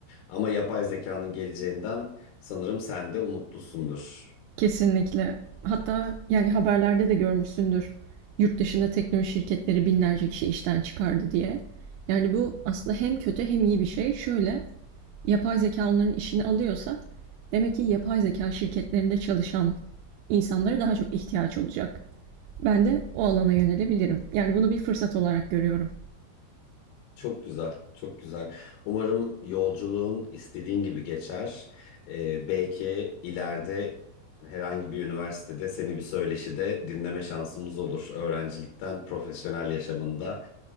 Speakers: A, on the left; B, on the right.
A: Ama yapay zekanın geleceğinden sanırım sen de umutlusundur.
B: Kesinlikle. Hatta yani haberlerde de görmüşsündür. Yurt dışında teknoloji şirketleri binlerce kişi işten çıkardı diye. Yani bu aslında hem kötü hem iyi bir şey. Şöyle, yapay zeka onların işini alıyorsa demek ki yapay zeka şirketlerinde çalışan insanlara daha çok ihtiyaç olacak. Ben de o alana yönelebilirim. Yani bunu bir fırsat olarak görüyorum.
A: Çok güzel, çok güzel. Umarım yolculuğun istediğin gibi geçer. Ee, belki ileride herhangi bir üniversitede seni bir söyleşide dinleme şansımız olur. Öğrencilikten profesyonel yaşamında